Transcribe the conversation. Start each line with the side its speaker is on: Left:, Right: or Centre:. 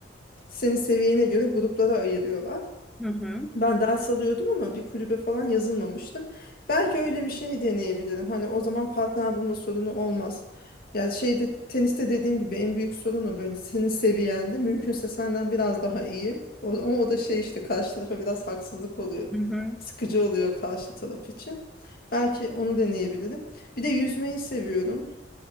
Left: seni seviyene göre gruplara ayırıyorlar.
Centre: hı hı.
Left: Ben ders alıyordum ama bir kulübe falan yazılmamıştım. Belki öyle bir şey deneyebilirim. Hani o zaman partner bulma sorunu olmaz. Yani şeyde teniste dediğim gibi en büyük sorun o böyle senin seviyende mümkünse senden biraz daha iyi. O- ama o da şey işte karşı tarafa biraz haksızlık oluyor.
Centre: Hı hı.
Left: Sıkıcı oluyor karşı taraf için. Belki onu deneyebilirim. Bir de yüzmeyi seviyorum.